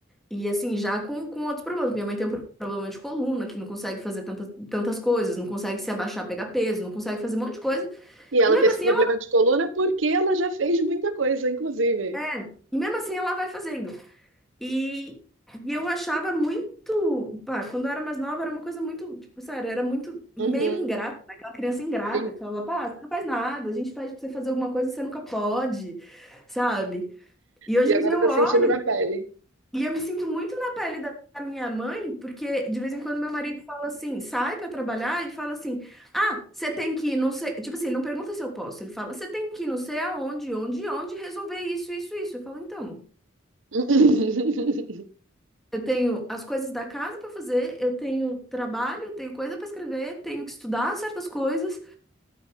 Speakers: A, in the centre; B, on the right (about 70°).
A: E assim, já com, com outros problemas. Minha mãe tem um pro- problema de coluna, que não consegue fazer tantas, tantas coisas, não consegue se abaixar, pegar peso, não consegue fazer um monte de coisa.
B: E ela
A: E mesmo
B: tem esse
A: assim
B: problema
A: ela,
B: de coluna porque ela já fez muita coisa, inclusive.
A: é, e mesmo assim ela vai fazendo. E, e eu achava muito, pá, quando eu era mais nova, era uma coisa muito, tipo, sério, era muito meio
B: Uhum,
A: ingrata, né? Aquela criança ingrata
B: sim.
A: que falava, pá, você não faz nada, a gente pede pra você fazer alguma coisa, você nunca pode, sabe? E hoje
B: E agora
A: em dia eu
B: tá
A: olho
B: sentindo na pele.
A: E eu me sinto muito na pele da da minha mãe, porque de vez em quando meu marido fala assim, sai pra trabalhar e fala assim: "Ah, você tem que ir, não sei, tipo assim, não pergunta se eu posso". Ele fala: "Você tem que ir, não sei aonde, onde, onde resolver isso, isso, isso". Eu falo: "Então,
B: <laughs>
A: eu tenho as coisas da casa pra fazer, eu tenho trabalho, eu tenho coisa pra escrever, tenho que estudar certas coisas.